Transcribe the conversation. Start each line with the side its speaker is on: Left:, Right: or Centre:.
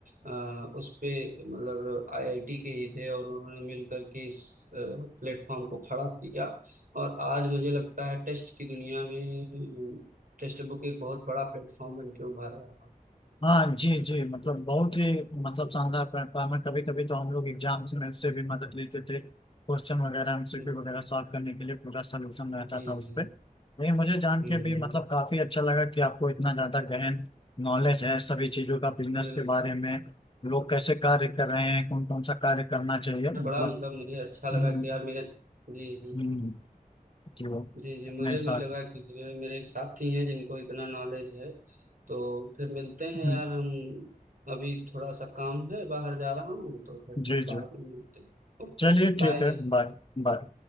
Right: आ, उस पे मतलब आईआईटी के ही थे और उन्होंने मिलकर के इस प्लेटफॉर्म को खड़ा किया और आज मुझे लगता है टेस्ट की दुनिया में टेस्ट बुक एक बहुत बड़ा प्लेटफॉर्म बन के उभर रहा
Left: हाँ जी जी मतलब बहुत ही मतलब शानदार प्लेटफॉर्म है कभी कभी तो हम लोग एग्जाम्स में उससे भी मदद लेते थे क्वेश्चन वगैरह एमसीक्यू
Right: है।
Left: वगैरह सॉल्व करने के लिए पूरा सोल्यूशन रहता
Right: जी
Left: था उस
Right: जी
Left: पर लेकिन मुझे जान
Right: हम्म
Left: के भी मतलब काफी अच्छा लगा कि आपको इतना ज्यादा गहन नॉलेज है सभी चीजों का बिजनेस
Right: बिल्कुल
Left: के बारे में लोग कैसे कार्य कर रहे हैं कौन कौन सा कार्य करना चाहिए मतलब
Right: बड़ा मतलब मुझे अच्छा लगा
Left: हम्म,
Right: कि यार मेरे जी जी
Left: हम्म, कि वो
Right: जी जी मुझे
Left: अपने साथ
Right: भी लगा कि जो है मेरे एक साथी हैं जिनको इतना नॉलेज है तो फिर मिलते हैं यार
Left: हम्म,
Right: हम अभी थोड़ा सा काम है बाहर जा रहा हूँ तो फिर
Left: जी
Right: बाद
Left: जी
Right: में मिलते हैं Okay
Left: चलिए ठीक
Right: bye
Left: है बाय बाय